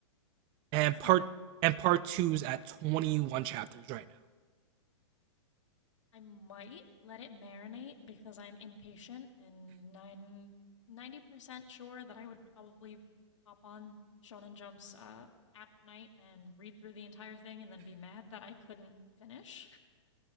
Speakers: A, on the right (about 35°); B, on the left (about 80°).
A: and
B: It's
A: part
B: not bad.
A: and part two is at 21 chapters right now.
B: I might let it marinate because I'm impatient and nine, 90% sure that I would probably pop on Shonen Jump's uh, app tonight and read through the entire thing and then be mad that I couldn't finish.